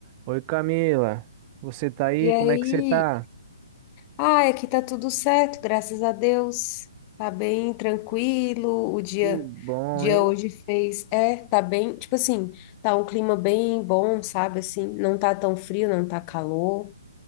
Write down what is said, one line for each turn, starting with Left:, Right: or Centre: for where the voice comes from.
Right: Oi Camila, você tá aí?
Left: E aí,
Right: Como é que você tá?
Left: ah, aqui tá tudo certo, graças a Deus. Tá bem tranquilo. O dia,
Right: Que bom,
Left: dia
Right: hein?
Left: hoje fez, é, tá bem, tipo assim, tá um clima bem bom, sabe assim, não tá tão frio, não tá calor.